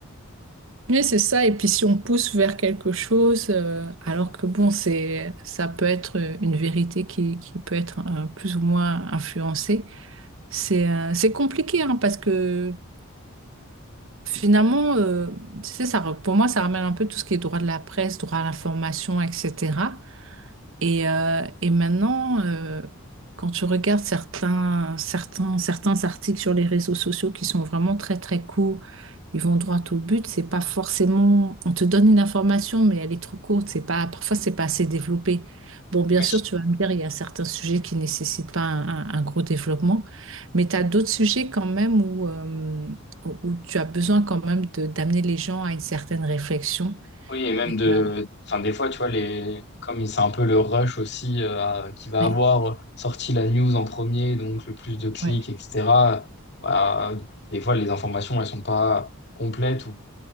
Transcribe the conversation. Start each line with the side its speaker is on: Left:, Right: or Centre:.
Right: Mais c'est ça, et puis si on pousse vers quelque chose, euh, alors que bon, c'est, ça peut être une vérité qui, qui peut être euh, plus ou moins influencée, c'est euh, c'est compliqué, hein, parce que Finalement, euh, tu sais, ça, re- pour moi, ça ramène un peu tout ce qui est droit de la presse, droit à l'information, etc. Et, euh, et maintenant, euh, quand tu regardes certains, certains, certains articles sur les réseaux sociaux qui sont vraiment très très courts, ils vont droit au but. C'est pas forcément, on te donne une information, mais elle est trop courte. C'est pas, parfois c'est pas assez développé. Bon, bien
Left: Oui.
Right: sûr, tu vas me dire, il y a certains sujets qui nécessitent pas un, un- un gros développement, mais tu as d'autres sujets quand même où, euh, où où tu as besoin quand même de- d'amener les gens à une certaine réflexion.
Left: Oui, et même
Right: Et,
Left: de,
Right: euh,
Left: enfin, des fois, tu vois, les, comme c'est un peu le rush aussi, euh, à- qui va
Right: ouais.
Left: avoir sorti la news en premier, donc le plus de clics,
Right: Ouais.
Left: etc. bah, des fois, les informations, elles sont pas complètes ou,